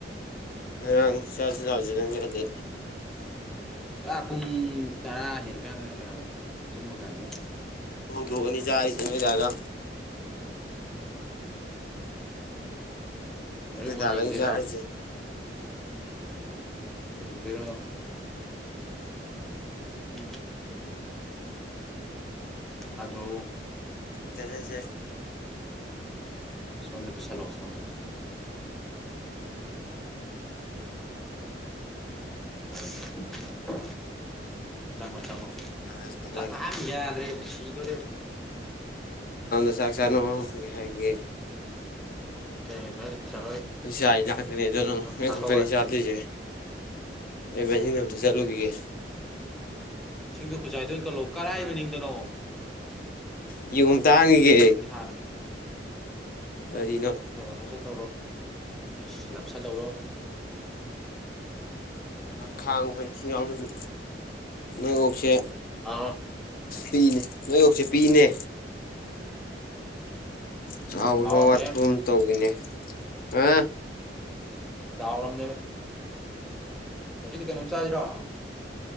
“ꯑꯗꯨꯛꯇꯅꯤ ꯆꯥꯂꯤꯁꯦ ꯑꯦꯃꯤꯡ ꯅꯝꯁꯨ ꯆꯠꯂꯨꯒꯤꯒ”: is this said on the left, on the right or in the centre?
Left